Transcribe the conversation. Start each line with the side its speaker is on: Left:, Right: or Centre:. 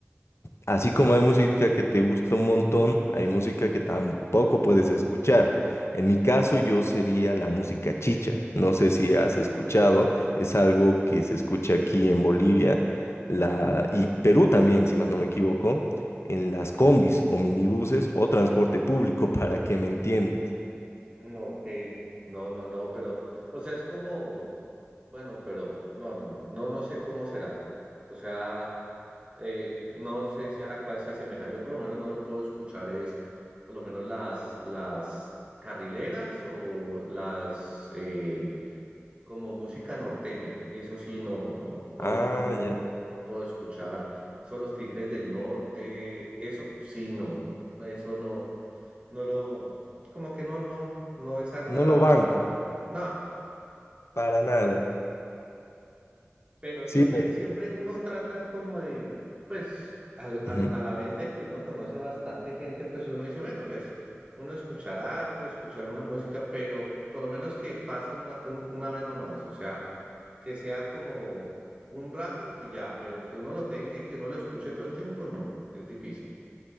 Left: Así como hay música que te gusta un montón, hay música que tampoco puedes escuchar. En mi caso, yo sería la música chicha. No sé si has escuchado, es algo que se escucha aquí en Bolivia la... y Perú también, si más no me equivoco, en las combis o minibuses o transporte público, <laughs> para que me entiendas.
Right: Mm, ok. No, no, no, pero, o sea, es como, bueno, pero no, no, no, no, no sé cómo será. O sea, eh, no sé si a cuál se asemeja. Yo por lo menos no lo puedo escuchar, es por lo menos las, las carrileras o las, eh, como música norteña, eso sí, no, no, no,
Left: Ah,
Right: lo- no, No.
Left: ya.
Right: no, no lo puedo escuchar. Son los Tigres del Norte, eso sí, no, no, no, eso no, no lo, como que no, no, no es agradable
Left: No lo banco,
Right: para, para mí. No,
Left: para nada.
Right: pero
Left: Sí,
Right: siempre,
Left: me...
Right: siempre uno trata como de, pues, al- al-
Left: Ujú.
Right: a la vez de que uno conoce bastante gente, pues uno dice, bueno, pues, uno escuchar algo, escuchar una música, pero por lo menos que pase una, un- una vez nomás, o sea, que sea como un rato y ya, pero que uno lo tenga y que uno lo escuche todo el tiempo, no, es difícil.